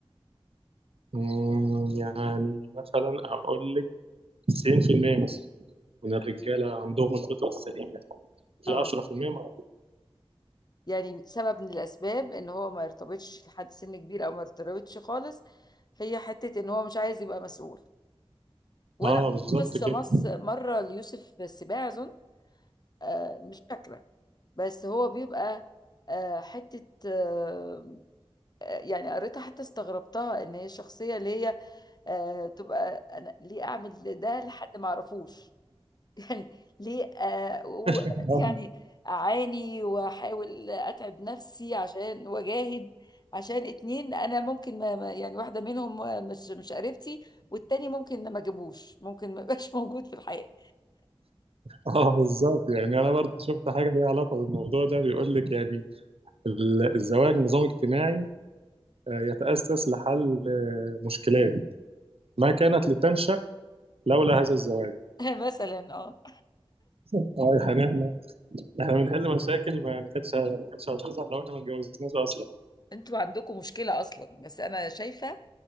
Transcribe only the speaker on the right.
مم، يعني مثلا اقول لك 90% مثلا من الرجالة عندهم الفطرة السليمة في
10% ما
اه
بالظبط
كده
اه
آه، بالظبط يعني انا برضه شفت حاجة ليها علاقة بالموضوع ده بيقول لك يعني ال- الزواج نظام اجتماعي آه، يتأسس لحل آه، مشكلات ما كانت لتنشأ لولا هذا الزواج
اه يا حنان احنا بنحل مشاكل ما ما كانتش ما كانتش هتظهر لو احنا ما اتجوزناش اصلا